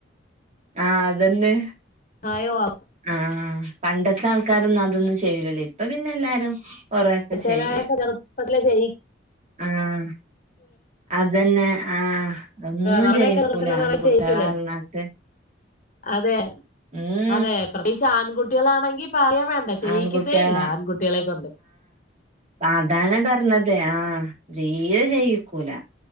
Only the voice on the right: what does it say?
ആഹ് അതന്നെ
ആഹ് ആഹ് പണ്ടത്തെ ആൾക്കാരൊന്നും അതൊന്നും ചെയ്യൂലല്ലോ ഇപ്പ പിന്നെ എല്ലാരും കൊറെയൊക്കെ
ചെയ്യും
ആഹ് അതന്നെ ആഹ് ഒന്നും
ചെയ്യിക്കൂല
ആണ്
കുട്ടികളാണെന്നട്ട്
മ്
ആൺകുട്ടികള
ആഹ് അതാ ഞാൻ പറഞ്ഞത് ആഹ് തീരെ ചെയ്യിക്കൂല